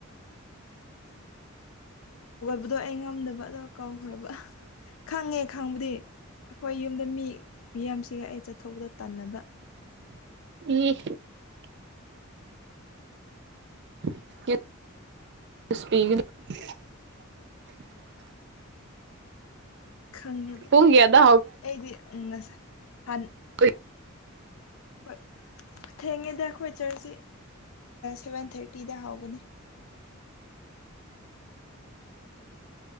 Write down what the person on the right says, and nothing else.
ꯏ <unintelligible>
ꯄꯨꯡ ꯀꯌꯥꯗ
ꯀꯩ